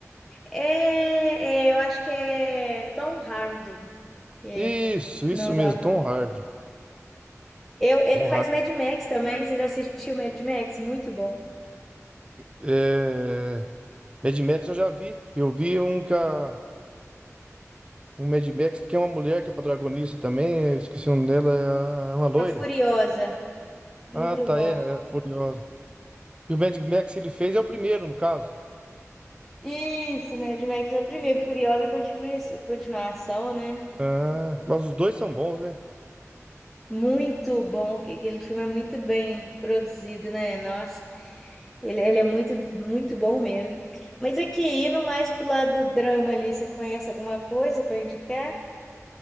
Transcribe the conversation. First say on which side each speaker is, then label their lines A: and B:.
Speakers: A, in the centre; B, on the right (about 20°).
A: É, é, eu acho que é Tom Hardy, que é
B: Isso, isso
A: o nome do
B: mesmo,
A: ator.
B: Tom Hardy.
A: Eu, ele
B: Tom
A: faz
B: Hardy.
A: Mad Max também. Você já assistiu Mad Max? Muito bom.
B: É. Mad Max eu já vi. Eu vi um que a- um Mad Max que é uma mulher que é protagonista também. Eu esqueci o nome dela, é a- é uma loira.
A: A Furiosa, muito
B: Ah, tá,
A: bom.
B: é, é Furiosa. E o Mad Max ele fez é o primeiro, no caso.
A: Isso, Mad Max é o primeiro. Furiosa é continui- continuação, né?
B: Ah, mas os dois são bons, né?
A: Muito bom. que- Aquele filme é muito bem produzido, né? Nossa, ele, ele é muito, muito bom mesmo. Mas aqui, indo mais pro lado do drama ali, você conhece alguma coisa para indicar?